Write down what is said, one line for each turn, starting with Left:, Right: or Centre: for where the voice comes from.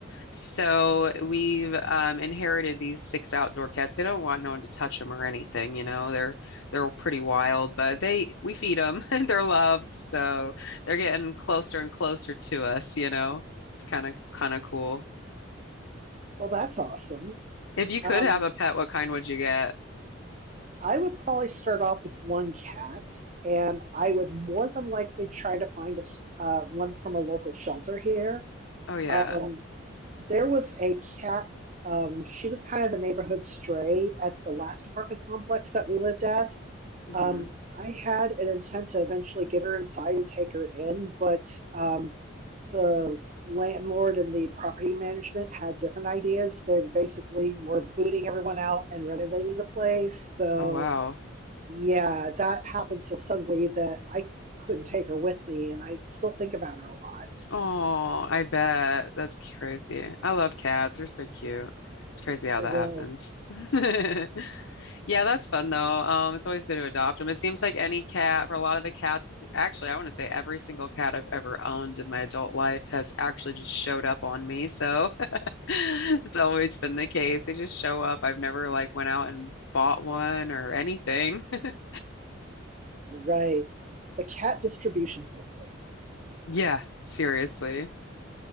Left: So we've um, inherited these six outdoor cats. They don't want no one to touch them or anything, you know. They're they're pretty wild, but they we feed them <laughs> and they're loved, so they're getting closer and closer to us, you know. It's kind of kind of cool.
Right: well, that's awesome.
Left: If you could
Right: Um,
Left: have a pet, what kind would you get?
Right: I would probably start off with one cat, and I would more than likely try to find a s- uh, one from a local shelter here.
Left: Oh yeah.
Right: Um, there was a cat. Um, she was kind of the neighborhood stray at the last apartment complex that we lived at.
Left: hmm
Right: Um, I had an intent to eventually get her inside and take her in, but um, the landlord and the property management had different ideas. They basically were booting everyone out and renovating the place. So,
Left: Oh wow.
Right: yeah, that happened so suddenly that I couldn't take her with me, and I still think about her a lot.
Left: Oh, I bet. That's crazy. I love cats. They're so cute. It's crazy how
Right: I
Left: that
Right: know,
Left: happens. <laughs> Yeah, that's fun though. Um, it's always good to adopt them. It seems like any cat, for a lot of the cats, actually, I want to say every single cat I've ever owned in my adult life has actually just showed up on me. So <laughs> it's always been the case. They just show up. I've never like went out and bought one or anything. <laughs>
Right: right. The cat distribution system.
Left: Yeah, seriously.